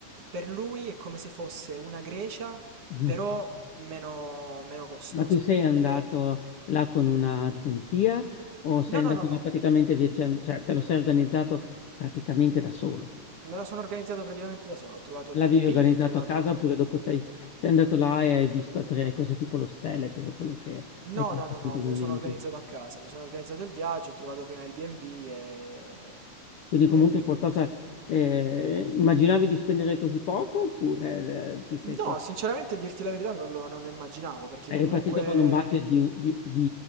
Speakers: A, on the right; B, on the left.
A: per lui è come se fosse una Grecia,
B: Mm.
A: però meno, meno costosa.
B: Ma tu sei andato
A: Eh,
B: là con un'agenzia o sei
A: no,
B: andato
A: no, no, no.
B: là praticamente viaggiando, cioè te lo sei organizzato praticamente da solo?
A: Me lo sono organizzato praticamente da solo, ho trovato il
B: L'avevi
A: B&B,
B: organizzato
A: ho trovato...
B: a casa oppure dopo sei, sei andato là e hai visto, perché hai preso tipo l'ostello, hai preso quello che
A: No,
B: hai trovato
A: no, no, no,
B: in quel
A: me
B: momento.
A: lo sono organizzato a casa, mi sono organizzato il viaggio, ho trovato prima il B&B e...
B: Quindi
A: e
B: comunque
A: mi
B: qualcosa,
A: sono...
B: eh, immaginavi di spendere così poco oppure eh, ti sei,
A: No,
B: pro-
A: sinceramente a dirti la verità non lo, non lo immaginavo, perché
B: hai
A: comunque...
B: ripartito con un budget di, un- di, di,